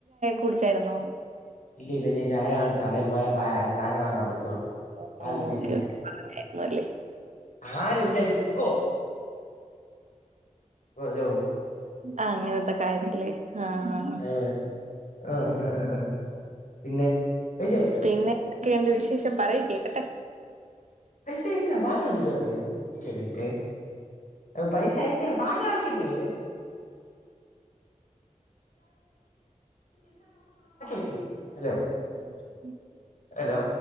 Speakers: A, on the right; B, on the left.
A: കുടിച്ചായിരുന്നോ
B: ഇല്ല ഇല്ല ഞാൻ ചായ കടയ പോയാ സാധനം വാങ്ങാൻ പറ്റുള്ളൂ
A: ഓക്കെ
B: പാലിന്റെ പൈസ കയിച്ച
A: ഓക്കെ പറഞ്ഞായിരുന്നു അല്ലേ
B: ആരുല്ല രുക്കോ <unintelligible>
A: ആ അങ്ങനെത്തെ കാര്യല്ലേ ആ ആ
B: ഏ, ആ ആ ആ പിന്നെ പൈസ അയച്ചാ
A: പിന്നെ എന്തൊക്കെയുണ്ട് വിശേഷം പറയും കേക്കട്ടെ
B: പൈസ അയച്ച് താ പാല് മേടിച്ചിട്ട് വരട്ടെ നിക്ക് ഒരു മിനിറ്റെ പൈസ അയച്ച് താ പാല് വാങ്ങികേട്ട് <unintelligible>
A: <inaudible>
B: ഹലോ